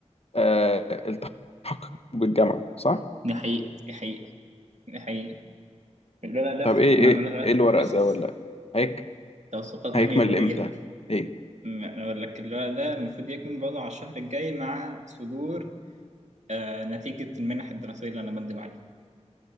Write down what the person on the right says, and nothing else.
دي حقيقة دي حقيقة دي حقيقة الورق ده
في
في,
م-
في
بروسس
توثيقات ما
هي ما
هي
ما- أنا اقول لك الورق ده المفروض يكمل برضه على الشهر الجاي مع صدور آه نتيجة المنح الدراسية اللي انا بقدم عليها